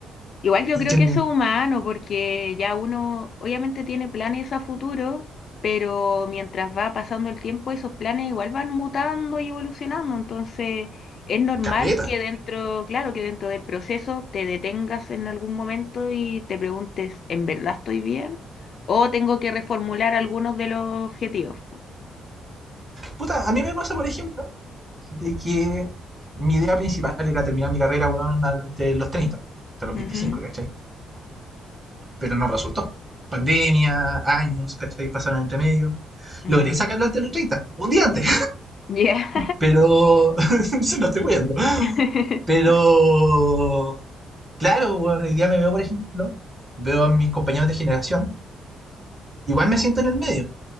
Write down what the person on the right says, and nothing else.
Y
que
caleta.
Puta, a mí me pasa, por ejemplo, de que mi idea principal era terminar mi carrera, weón, de los 30, hasta los
25, ¿cachai? Pero no resultó. Pandemia, años, ¿cachai? Pasaron entre medio.
Logré sacarlo antes de los 30, un día antes,
pero <laughs> se lo estoy guiando.
Pero, claro, weón, hoy día me veo, por ejemplo, veo a mis compañeros de generación, igual me siento en el medio.